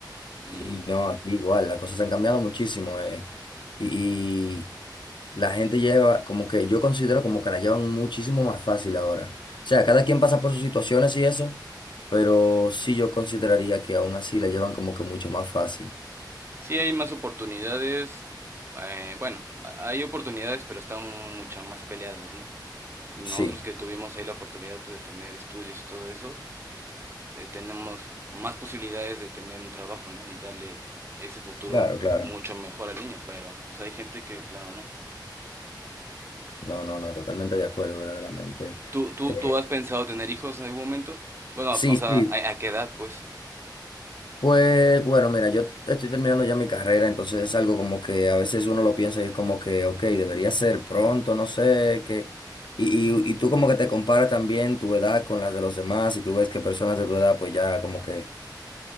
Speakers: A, on the right; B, on the left.
A: Y
B: Sí, no, aquí igual, las cosas han cambiado muchísimo. eh, y, La gente lleva, como que yo considero como que la llevan muchísimo más fácil ahora. O sea, cada quien pasa por sus situaciones y eso, pero sí yo consideraría que aún así la llevan como que mucho más fácil.
A: sí hay más oportunidades, eh, bueno, hay oportunidades, pero están muchas más peleadas, ¿no? Nosotros
B: Sí,
A: que tuvimos ahí la oportunidad pues, de tener estudios y todo eso, eh, tenemos más posibilidades de tener un trabajo, ¿no? Y darle ese futuro
B: claro, claro.
A: mucho mejor al niño, pero pues hay gente que, plano, ¿no?
B: No, no, no, totalmente de acuerdo, verdaderamente.
A: ¿Tú, tú,
B: Eh,
A: ¿Tú has pensado tener hijos en algún momento? Bueno,
B: Sí,
A: o sea,
B: sí,
A: ¿a, a qué edad, pues?
B: Pues bueno, mira, yo estoy terminando ya mi carrera, entonces es algo como que a veces uno lo piensa y es como que, ok, debería ser pronto, no sé, que... Y, y, y tú como que te comparas también tu edad con las de los demás y tú ves que personas de tu edad pues ya como que